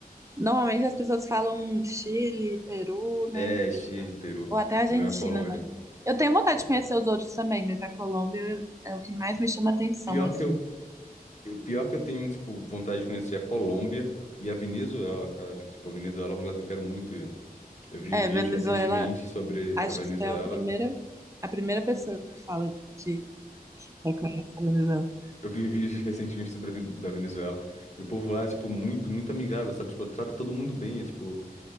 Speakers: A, on the right; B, on the left.
A: normalmente as pessoas falam Chile, Peru, né?
B: É, Chile, Peru.
A: Ou até a Argentina,
B: O Meu é Colômbia.
A: mas. Eu tenho vontade
B: É.
A: de conhecer os outros também, mas a Colômbia é o que mais me chama atenção,
B: Pior
A: assim.
B: que eu Eu- Pior que eu tenho, tipo, vontade de conhecer a Colômbia e a Venezuela, cara. Tipo, a Venezuela é um lugar que eu quero muito ir. Eu vi
A: É,
B: vídeos
A: Venezuela,
B: recentemente sobre
A: acho
B: a Venezuela.
A: que você é a primeira, a primeira pessoa que fala que reconhece a Venezuela.
B: Eu vi vídeos <laughs> recentemente sobre a Ven- da Venezuela. E o povo lá é, tipo, muito, muito amigável, sabe? Tipo, trata todo mundo bem. É, tipo,